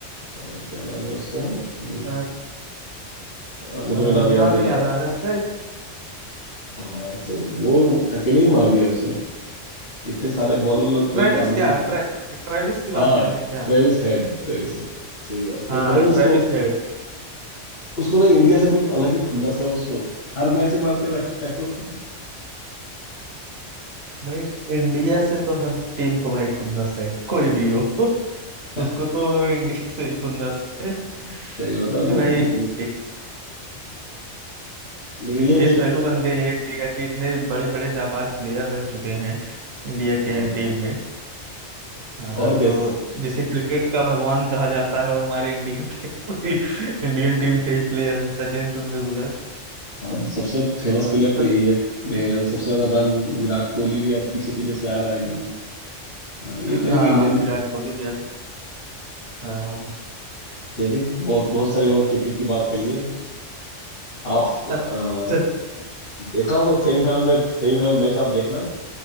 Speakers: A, on the left; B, on the right.
A: अ, क्या नाम है उसका हम्म,
B: अ,
A: अ, मुझे
B: अ,
A: भी नाम याद
B: नाम
A: नहीं
B: नहीं
A: आ
B: याद
A: रहा है
B: आ रहा इसका
A: हाँ तो वो अकेले ही मार दिया उसने इतने सारे बॉलर लोग कोई
B: ट्रेविस
A: काम
B: क्या
A: नहीं हो पाया
B: ट्रे, ट्रेविस की बात
A: हाँ
B: कर रहे हैं क्या
A: ट्रेविस हेड ट्रेविस हेड सही बात है
B: हाँ
A: वो पता ना उसको
B: ट्रेविस हेड
A: उसको ना इंडिया से कुछ अलग ही खुन्नस है उसको हर मैच में मारते रहता है वो
B: भाई इंडिया से तो हर टीम को भाई खुन्नस है कोई भी हो <laughs>
A: <laughs>
B: उसको तो इंडिया से ही खुन्नस है
A: सही बात है
B: क्योंकि
A: मतलब
B: भाई
A: इन-
B: एक,
A: लेकिन
B: एक
A: ये
B: फेस
A: है
B: वैल्यू
A: कि
B: बन गई है इंडिया की इतने बड़े बड़े जाबाज प्लेयर रह चुके हैं इंडिया
A: हाँ
B: के टीम में हाँ
A: और
B: तो
A: क्या
B: जिसे क्रिकेट का भगवान कहा जाता है वो हमारे इंडिया प्ले <laughs> इंडियन टीम के ही प्लेयर है सचिन तेंदुलकर
A: अब सबसे फेमस
B: और
A: प्लेयर तो
B: सब
A: यही है देखिए यार सबसे ज्यादा रन विराट कोहली भी अब पीछे पीछे से आ रहा है एकदम हाँ ये
B: हाँ
A: तो है कि इंडियन
B: विराट कोहली भी है। हाँ
A: चलिए बहुत बहुत सारी हम क्रिकेट की बात कर लिए आप अ,
B: <laughs> चल,
A: देखा होगा सेमीफाइनल में सेमीफाइनल मैच आप देखना अ,